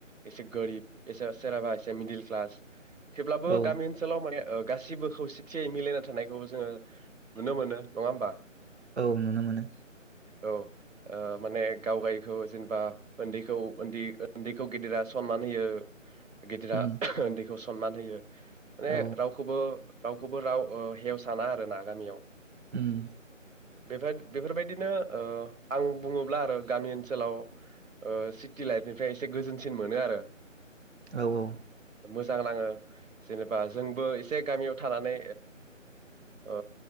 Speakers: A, on the right (about 80°); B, on the right (about 55°).
A: एसे गोरिब एसे सोरहाबा एसे मिडिल क्लास थेवब्लाबो
B: औ
A: गामि ओनसोलाव माने ओ गासिबो खौसेथियै मिलायना थानायखौबो जोङो नुनो मोनो नङा होमबा?
B: औ नुनो मोनो
A: औ ओ माने गाव गायखौ जेनेबा उन्दैखौ उन्दैखौ गिदिरा सनमान होयो गिदिरा
B: उम
A: उन्दैखौ सनमान होयो। माने
B: औ
A: रावखौबो रावखौबो राव ओ हेवसाना आरो रोना गामियाव।
B: उम।
A: बेफो- बेफोरबायदिनो ओ आं बुङोब्ला आरो गामि ओनसोलाव ओ सिटि लाइफनिफ्राय एसे गोजोनसिन मोनो आरो।
B: औ-औ।
A: मोजां नाङो। जेनेबा जोंबो जे गामियाव थानानै ओ